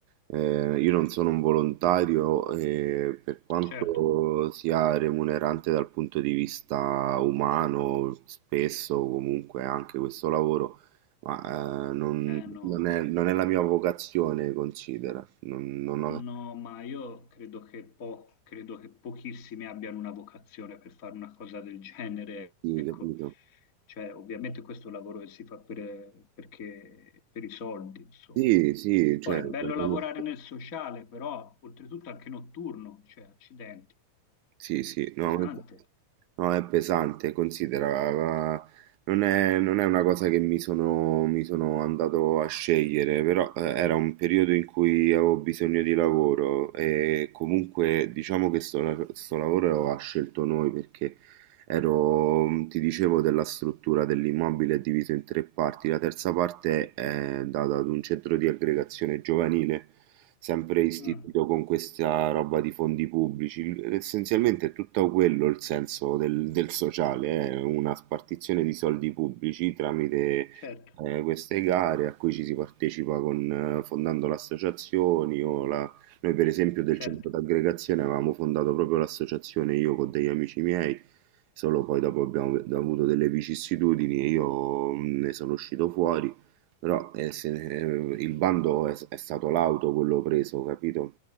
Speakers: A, on the right; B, on the left.
A: eh, io non sono un volontario e per quanto
B: Certo,
A: sia remunerante dal punto di vista umano, spesso comunque anche questo lavoro, ma eh, non,
B: eh no.
A: non è, non è la mia vocazione, considera. Non, non ho
B: No, ma io credo che, po- credo che pochissimi abbiano una vocazione per fare una cosa del genere,
A: sì,
B: ecco.
A: capito.
B: Cioè, ovviamente questo è un lavoro che si fa per, perché- per i soldi, insomma.
A: Sì, sì, cioè,
B: Poi è bello
A: per
B: lavorare
A: me-
B: nel sociale, però oltretutto anche notturno, cioè, accidenti,
A: sì, sì, sì, no,
B: pesante.
A: No, è pesante, considera, la- non è, non è una cosa che mi sono, mi sono andato a scegliere, però eh, era un periodo in cui avevo bisogno di lavoro e comunque diciamo che sto, la- sto lavoro l'aveva scelto noi perché ero, mm, ti dicevo, della struttura dell'immobile diviso in tre parti, la terza parte è eh, data ad un centro di aggregazione giovanile sempre istituito
B: Mm,
A: con questa roba di fondi pubblici. Il- Essenzialmente è tutto quello il senso del, del sociale, è una spartizione di soldi pubblici tramite
B: certo,
A: eh, queste gare a cui ci si partecipa con, eh, fondando le associazioni o la... Noi per esempio del
B: certo,
A: centro d'aggregazione avevamo fondato proprio l'associazione io con degli amici miei, solo poi dopo abbiamo avuto delle vicissitudini e io mh, ne sono uscito fuori però eh, se ne- eh, il bando è, è stato l'auto quello preso, capito?